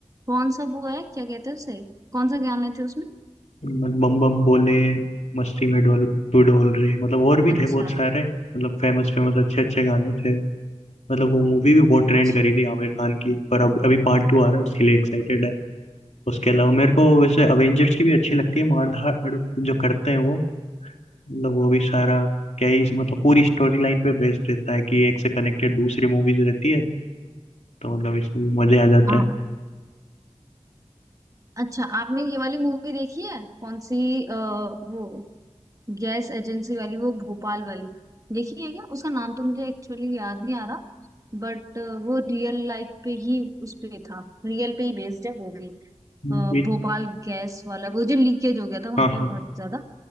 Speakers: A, on the right; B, on the left.
A: कौन सा वो है क्या कहते हैं उसे कौन सा गाना थे उसमें
B: मतलब बम बम बोले मस्ती में डोल तू डोल रे मतलब और भी
A: अच्छा
B: थे बहुत सारे मतलब फेमस फेमस अच्छे अच्छे गाने थे मतलब वो मूवी भी बहुत ट्रेंड
A: अच्छा
B: करी थी आमिर खान की पर अब अभी पार्ट टू आ रहा है उसके लिए एक्साइटेड है उसके अलावा मेरे को वैसे अवेंजर्स की भी अच्छी लगती है मार धाड़ जो करते हैं वो मतलब वो भी सारा क्या ही मतलब पूरी स्टोरी लाइन पे बेस्ड रहता है कि एक से कनेक्टेड दूसरी मूवीज रहती है तो मतलब इसमें भी मजे आ जाते
A: हाँ
B: हैं
A: अच्छा आपने ये वाली मूवी देखी है कौन सी अ, वो गैस एजेंसी वाली वो भोपाल वाली देखी है क्या उसका नाम तो मुझे एक्चुअली याद नहीं आ रहा बट वो रियल लाइफ पे ही उस पे था रियल पे ही बेस्ड है वो भी अ,
B: मूवी
A: भोपाल गैस वाला वो जो लीकेज हो गया था वहां
B: हाँ
A: पे
B: हाँ
A: बहुत ज्यादा